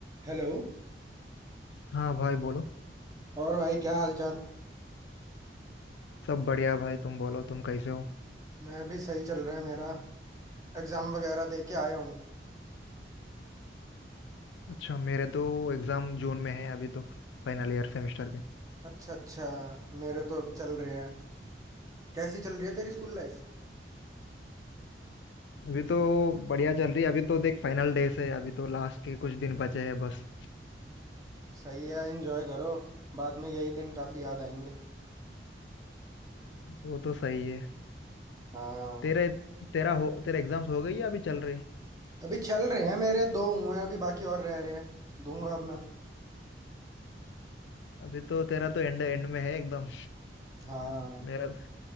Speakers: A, on the right; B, on the left.
A: Hello
B: हाँ भाई बोलो
A: और भाई क्या हाल चाल
B: सब बढ़िया भाई तुम बोलो तुम कैसे हो
A: मैं भी सही चल रहा है मेरा एग्जाम वगैरह दे के आया हूँ
B: अच्छा मेरे तो एग्जाम जून में है अभी तो फाइनल ईयर सेमेस्टर के
A: अच्छा अच्छा मेरे तो अभी चल रहे हैं कैसी चल रही है तेरी स्कूल लाइफ
B: अभी तो बढ़िया चल रही है अभी तो देख फाइनल डेज है अभी तो लास्ट के कुछ दिन बचे हैं बस
A: सही है एंजॉय करो बाद में यही दिन काफी याद आएंगे
B: वो तो सही है
A: हाँ
B: तेरे तेरा हो तेरा एग्जाम्स हो गई या अभी चल रही
A: अभी चल रहे हैं मेरे दो हुए हैं अभी बाकी और रह रहे हैं दूंगा अब मैं
B: अभी तो तेरा तो एंड एंड में है एकदम
A: हाँ
B: मेरा